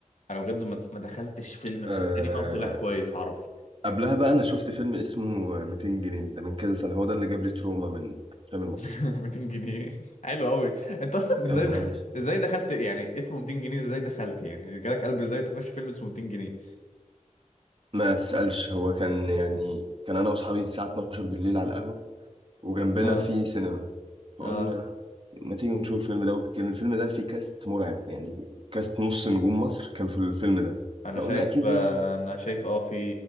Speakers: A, on the left; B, on the right.
A: انا بجد ما ما دخلتش فيلم
B: أه
A: في السينما وطلع كويس عربي
B: قبلها بقى انا شفت فيلم اسمه 200 جنيه ده من كذا سنه هو ده اللي جاب لي تروما من الافلام المصري
A: <laughs> 200 جنيه حلو قوي انت اصلا ازاي
B: يا نهار
A: دخل...
B: اسود
A: ازاي دخلت يعني اسمه 200 جنيه ازاي دخلت يعني جالك قلب ازاي تخش فيلم اسمه 200 جنيه
B: ما تسالش هو كان يعني كان انا واصحابي الساعه 12 بالليل على القهوه وجنبنا
A: اه
B: في سينما فقلنا
A: اه
B: ما تيجي نشوف الفيلم ده وكان الفيلم ده فيه كاست مرعب يعني كاست نص نجوم مصر كان في الفيلم ده
A: انا
B: فقلنا
A: شايف
B: اكيد
A: آه،
B: يعني
A: انا شايف اه في